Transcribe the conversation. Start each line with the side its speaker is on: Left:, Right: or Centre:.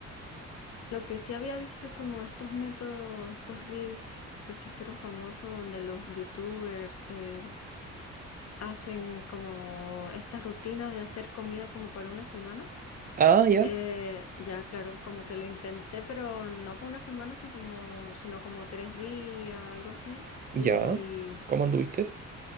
Left: Lo que sí había visto como estos métodos, estos reels que se hicieron famosos donde los youtubers eh, hacen como estas rutinas de hacer comida como para una semana.
Right: Ah, ya.
Left: Eh, ya, claro, como que lo intenté, pero no por una semana, sino como, sino como tres días, algo así. Y
Right: Ya, ¿cómo anduviste?